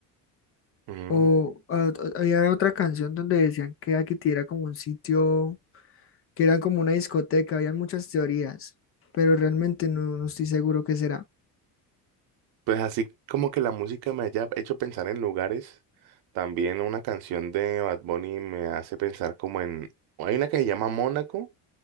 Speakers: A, on the right; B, on the left.
A: Mm.
B: O a- a- había otra canción donde decían que Akiti era como un sitio, que era como una discoteca, había muchas teorías, pero realmente no, no estoy seguro qué será.
A: Pues así como que la música me haya hecho pensar en lugares, también una canción de Bad Bunny me hace pensar como en... Hay una que se llama Mónaco